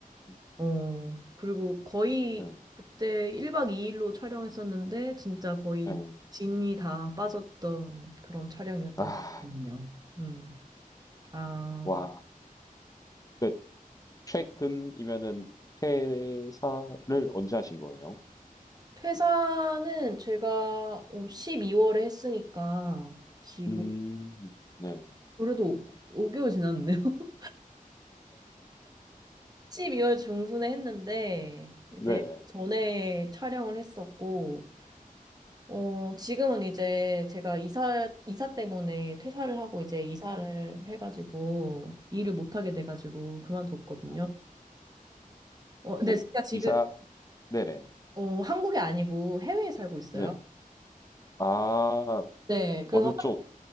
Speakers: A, on the left; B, on the right.
A: 음.
B: 어, 그리고 거의
A: 예.
B: 그때 1박 2일로 촬영했었는데, 진짜 거의
A: 예.
B: 진이 다 빠졌던 그런 촬영이었던
A: 아.
B: 기억이네요. 음. 아,
A: 와. 그 최근이면은 퇴사를 언제 하신 거예요?
B: 퇴사는 제가 12월에 했으니까, 지금,
A: 음. 네네.
B: 그래도 5개월 지났네요. <laughs> 12월 중순에 했는데, 이제
A: 네네.
B: 전에 촬영을 했었고, 어, 지금은 이제 제가 이사, 이사 때문에 퇴사를 하고 이제 이사를 해가지고 일을 못하게
A: 음.
B: 돼가지고 그만뒀거든요.
A: 음.
B: 어, 근데
A: 이제
B: 제가 지금,
A: 이사 네네.
B: 어, 한국이 아니고 해외에 살고 있어요.
A: 네네. 아.
B: 네, 그래서
A: 어느 쪽?